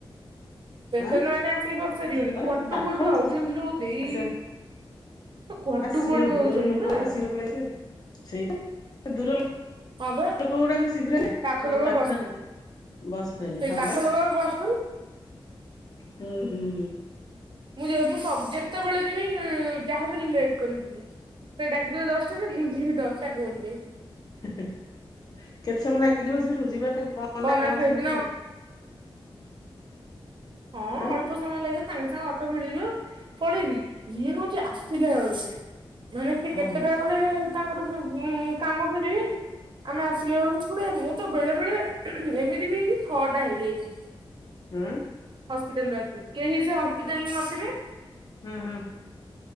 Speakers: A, on the right; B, on the left.
A: ପେସେଣ୍ଟ
B: ଆଁ
A: ମାନେ ଆସିକି ବସିସରିଥିବେ
B: ତୋର
A: କୁଆଡୁ
B: ପାଖ
A: କୁଆଡୁ ଆଉଛନ୍ତିଲ ଦେଇ।
B: ଆସ
A: କୁଆଡୁ
B: ଆ ସିଏ
A: କୁଆଡୁ
B: ଦୂରର
A: ଆଉଛନ୍ତି
B: ଲୋକ
A: ବା
B: ସିଏ ପଳେଇ ଆସିବେ ସେଇଟା ଦୂର
A: ହଁ ବା
B: ଲୋକ ଗୁଡ଼ାକ ଶୀଘ୍ର
A: ପାଖ
B: ତ
A: ଲୋକ
B: ପାଖରେ
A: ବସିଥିଲେ
B: ବସି ପଡ଼ିଲେ
A: ସେଇ
B: ହଁ
A: ପାଖ
B: ବା।
A: ଲୋକ ବସିଥିଲେ
B: ହୁଁ, ହୁଁ, ହୁଁ।
A: ମୁଁ ମୁଁ ଯେତେବେଳେ ଯିବି ଯାହାବି ହେଲେ ଲେଟ୍ କରିକି ଯିବି ସେ ଡ଼ାକିଥିବେ ଦଶଟାରେ ମୁଁ ଯିବି ଦଶଟା କୋଡ଼ିଏ।
B: କେତେ ସମୟ ଲାଗିବ ସେଠୁ ଯିବା ପାଇଁ ପହଞ୍ଚିବାକୁ
A: କଣ ନା ସେଦିନ ହଁ
B: ଆଁ
A: ଅଳ୍ପ ସମୟ ଲାଗିବ ସାଙ୍ଗେ ସାଙ୍ଗେ ଅଟୋ ମିଳିବ ପଳେଇବି ଯିଏ ପିଲା ବେଳୁ ସେ ମାନେ ସେ କେତେଟା
B: ଓହୋ
A: ମାନେ ତାଙ୍କର କାମ ସରିଯାଇଛି। ଆମେ ଆସିଲା ବେଳକୁ ପରେ ମୁଁ ତ ବେଳେ ବେଳେ ଏମିତି ବି ହେଇଛି ଛଅଟା ହେଇଯାଇଛି।
B: ହୁଁ।
A: ହସ୍ପିଟାଲରୁ ଆସିବି କେହି ସେ ହସ୍ପିଟାଲରେ ନଥିବେ
B: ହୁଁ ହୁଁ